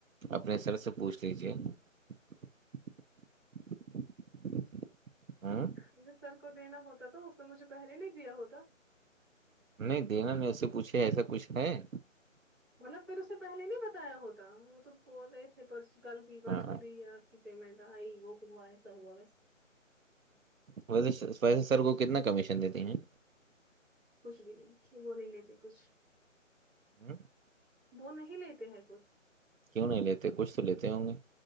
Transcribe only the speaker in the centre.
اگر سر کو دینا ہوتا تو اس نے مجھے پہلے نہیں دیا ہوتا
مطلب پھر اسے پہلے نہیں بتایا ہوتا وہ تو بول رہے تھے پرس کل کی پرسوں
بھی آپ کی پیمنٹ یہ وہک ہوا ایس ہووا بس
کچھ بھی نہیں وہ نہیں لیےتے کچھ
وہ نہیں لیتے ہیں کچھ